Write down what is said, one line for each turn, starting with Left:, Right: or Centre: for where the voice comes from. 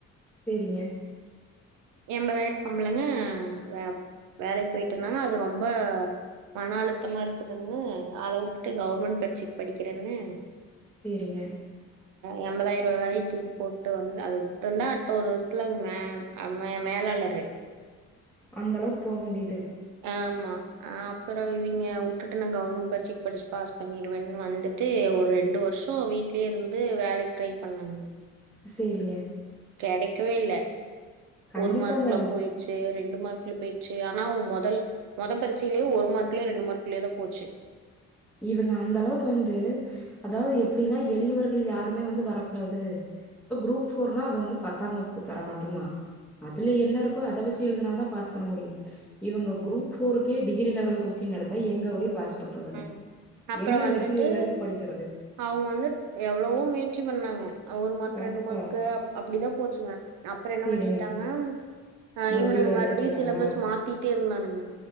Centre: செரிங்க
Right: எண்பதாயிரம் சம்பளங்க வே வேலை போயிட்டு இருந்தாங்க அது ரொம்ப மன அழுத்தமா இருக்குதுன்னு அத கவர்மெண்ட் பர்சைக்கு படிக்குறேன்னு
Centre: செரிங்க
Right: எணம்பதாயிரம் ரூபாய்லையையும் தூக்கி போட்டு வந்து அதது விட்டுருந்தா அடுத்த ஒரு வருஷத்துல மே மே மேலாளரு
Centre: அந்த அளவுக்கு போக வேண்டியது
Right: ஆமா அப்புறம் இவங்க விட்டுட்டு நான் கவர்மெண்ட் பரிட்சைக்கு படிச்சுன் பாஸ் பண்ணிடுவேன்னு வந்துட்டு ஒரு ரெண்டு வருஷம் வீட்லயே இருந்து வேலைக்கு ட்ரை பண்ணேங்க
Centre: செரிங்க
Right: கிடைக்கவே இல்ல
Centre: கண்டிப்பாங்க
Right: ஒரு மார்க்ல போயிடுச்சு ரெண்டு மார்க்ல போயிடுச்சு ஆனா முதல் முதல் பரச்சையேயே ஒரு மார்க்கலேயே ரெண்டு மார்க்கலயே தான் போச்சு
Centre: இவங்க அந்த அளவுக்கு வந்து அதாவது எப்படின்னா எளியவர்கள் யாருமே வந்து வரக்கூடாது இப்ப குரூப் போர்னா அத வந்து பத்தாம் வகுப்பு தர மட்டும்தான் அதுல என்ன இருக்கோ அதை வச்சு எழுதினாதான் பாஸ் பண்ண முடியும் இவங்க கரூப் போருக்கே டிகிரி லெவல் கொஸ்டின் எடுத்தா எங்க போய் பாஸ் பண்றதுங்க
Right: ம். அப்புறம்
Centre: என்ன
Right: வந்துட்டு
Centre: மெட்டீரியல் எடுத்து படிக்கிறது
Right: அவங்க வந்து எவ்வளவோ முயற்சி பண்ணாங்க உம் ஒரு மார்க்
Centre: கண்டிப்பா
Right: ரெண்டு மார்க் அப்படிதான் போச்சுங்க அப்புறம் என்ன
Centre: சேரிங்க
Right: பண்ணிட்டாங்கா ஆஹ்
Centre: மறுபடியு
Right: இவனுங்க
Centre: வேலைக்கு
Right: மறுபடியும்
Centre: போயிட்டாங்களா
Right: சிலபஸ் மாத்திட்டே இருந்தானுங்க